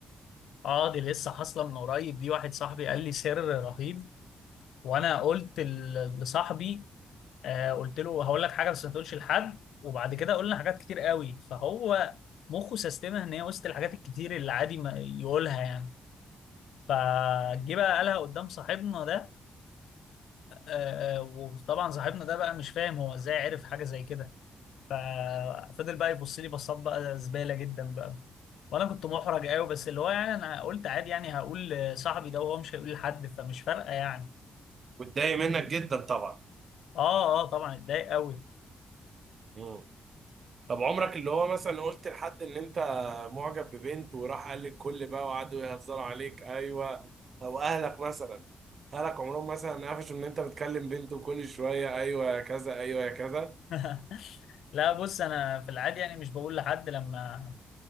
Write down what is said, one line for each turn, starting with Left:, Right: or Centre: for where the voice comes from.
Left: اه دي لسه حاصله من قريب دي واحد صاحبي قال لي سر رهيب وانا قلت ل- لصاحبي آه قلت له هقول لك حاجه بس ما تقولش لحد وبعد كده قلنا حاجات كتير قوي فهو مخه سيستمها ان هي وسط الحاجات الكتير اللي عادي ما يقولها يعني فجه بقى قالها قدام صاحبنا ده آه آه، وطبعا صاحبنا ده بقى مش فاهم هو ازاي عرف حاجه زي كده ففضل بقى يبص لي بصات بقى زباله جدا بقى وانا كنت محرج قوي بس اللي هو يعني انا قلت عادي يعني هقول لصاحبي ده وهو مش هيقول لحد فمش فارقه يعني
Right: واتضايق منك جدا طبعا
Left: اه اه طبعا اتضايق قوي
Right: مم. طب عمرك اللي هو مثلا قلت لحد ان انت معجب ببنت وراح قال للكل بقى وقعدوا يهزروا عليك ايوه او اهلك مثلا اهلك عمرهم مثلا قفشوا ان انت بتكلم بنت وكل شويه ايوه يا كذا ايوه يا كذا
Left: <laughs> لا بص انا في العادي يعني مش بقول لحد لما